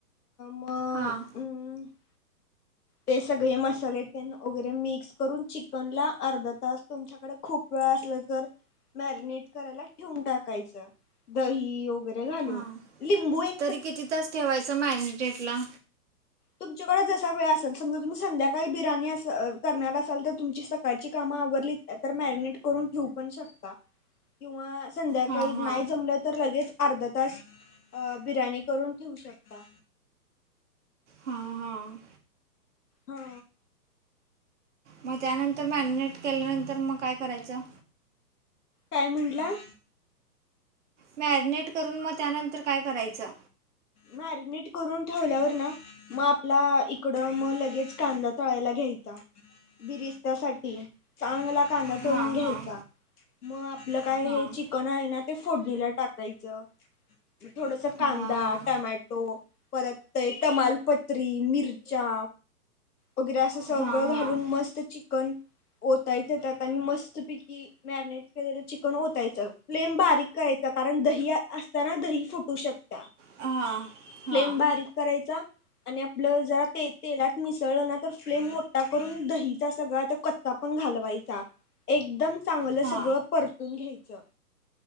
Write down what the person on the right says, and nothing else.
हां
हां
तरी किती तास ठेवायचं? मॅरीनेटला?
हां हां
हां हां
मग त्यानंतर मॅरिनेट केल्यानंतर मग काय करायचं?
मॅरिनेट करून मग त्यानंतर काय करायचं?
हां
हां
हां
हां
हां
हां
हां हां हां
हां